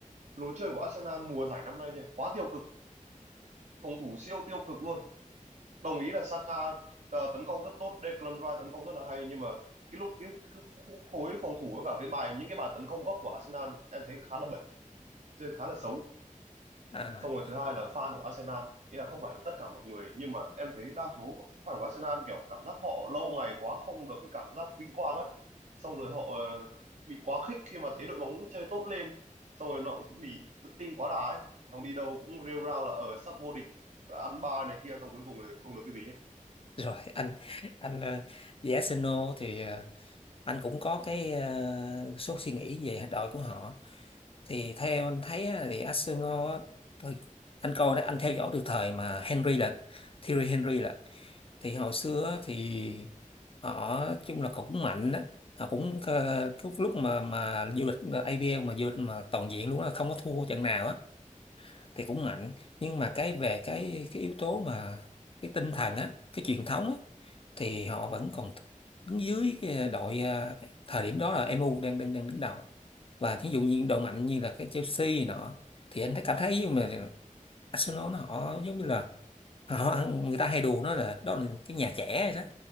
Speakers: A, on the right (about 60°); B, on the left (about 45°).
A: lối chơi của Arsenal mùa giải năm nay nha quá tiêu cực phòng thủ siêu tiêu cực luôn đồng ý là Saka ờ, tấn công rất tốt Declan Rice tấn công rất là hay nhưng mà cái lúc cái, cái, cái khối phòng thủ với cả cái bài những cái bài tấn công góc của Arsenal em thấy khá là bẩn chơi khá là xấu
B: à
A: xong rồi thứ hai là fan của Arsenal ý là không phải là tất cả mọi người nhưng mà em thấy đa số fan của Arsenal kiểu cảm giác họ lâu ngày quá không được cái cảm giác vinh quang á xong rồi họ ờ, bị quá khích khi mà thấy đội bóng chơi tốt lên xong rồi nó cũng bị tự tin quá đà ấy xong đi đâu cũng rêu rao là ở sắp vô địch và ăn ba này kia xong cuối cùng thì không được cái gì hết
B: rồi <laughs> anh anh ờ, về Arsenal thì ờ, anh cũng có cái ờ, số suy nghĩ về đội của họ thì theo anh thấy á, thì Arsenal á, thôi, anh coi đó anh theo dõi từ thời mà Henry là Thierry Henry là thì hồi xưa á, thì họ chung là cũng mạnh đó họ cũng ờ, cái lúc mà mà du lịch APL mà du lịch mà toàn diện luôn á, không có thua trận nào á thì cũng mạnh nhưng mà cái về cái cái yếu tố mà cái tinh thần á cái truyền thống á thì họ vẫn còn đứng dưới cái đội à, thời điểm đó là MU đang đang đang đứng đầu và ví dụ như đội mạnh như là cái Chelsea này nọ thì anh thấy cảm thấy giống như là Arsenal nó họ giống như là họ người ta hay đùa nó là đó là cái nhà trẻ rồi đó